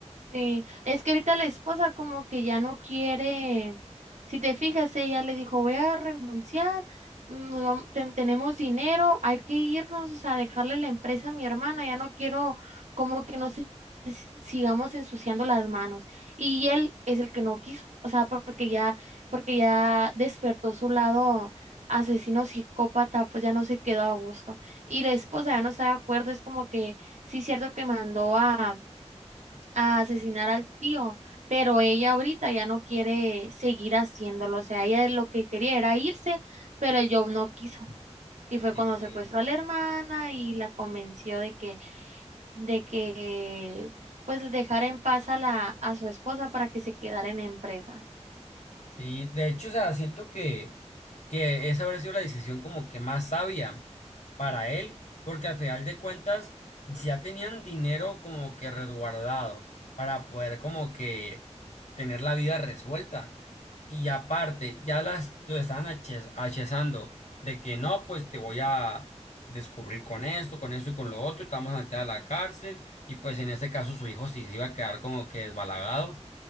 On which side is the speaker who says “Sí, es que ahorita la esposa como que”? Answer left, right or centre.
Right